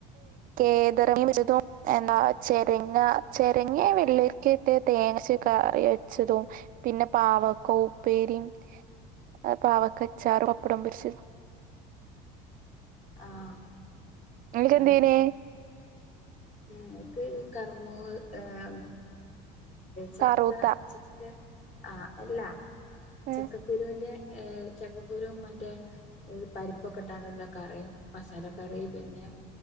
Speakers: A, on the right (about 45°); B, on the left (about 40°).
A: കേതറമീൻ വെച്ചതും എന്നാ ചെരങ്ങ ചെരങ്ങെ വള്ളരിക്കെട്ട് തേങ്ങര്ച്ച് കറി ച്ചതും പിന്നെ പാവക്ക ഉപ്പേരിം അ പാവക്കച്ചാറും പപ്പടം പോര്ച്ചതും
B: ആഹ്
A: ഇങ്ങക്ക്ന്തേനീ
B: ആഹ് ഞങ്ങക്ക് കർമ്മൂ ഏമ് ചക്ക
A: കറൂത്ത
B: ച്ച ആഹ് അല്ല
A: ഉം
B: ചക്കക്കുരുന്റെ ചക്കക്കുരു മറ്റേ ഒര് പരിപ്പൊക്കെ ഇട്ടാണ്ടുള്ള കറിം മസാല കറിം പിന്നെ